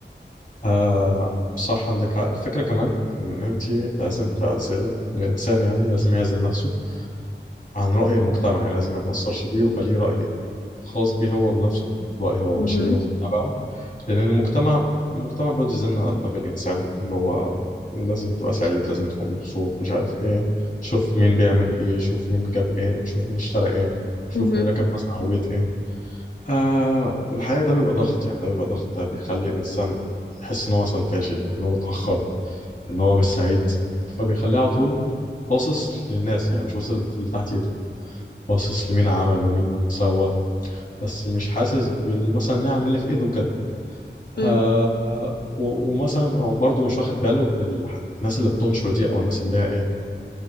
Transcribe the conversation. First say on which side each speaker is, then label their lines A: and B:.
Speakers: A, on the left; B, on the left.
A: آه صح عندك حق الفكره كمان ان انت لازم تعزلي الانسان يعني لازم يعزل نفسه عن راي المجتمع يعني لازم ما يتاثرش بيه ويبقى ليه راي خاص بيه هو بنفسه رأيه هو
B: مهم.
A: ماشي بيه ومتبعه لأن المجتمع المجتمع بيقعد يزن على دماغ الإنسان اللي هو لازم تبقى سعيد لازم تكون مبسوط مش عارف إيه شوف مين بيعمل إيه شوف مين جاب إيه شوف مين اشترى إيه شوف
B: مهم.
A: مين ركب مثلا عربية إيه آه والحقيقة ده بيبقى ضغط يعني ده بيبقى ضغط بيخلي الإنسان يحس إن هو مثلا فاشل إن هو متأخر إن هو مش سعيد فبيخليه على طول باصص للناس يعني مش باصص اللي تحت إيده باصص لمين عمل ومين سوى بس مش حاسس بال- مثلا نعم اللي في ايده وكده
B: مم.
A: آه و- ومثلا برضو مش واخد باله ان الح- الناس اللي بتنشر دي او الناس اللي هي ايه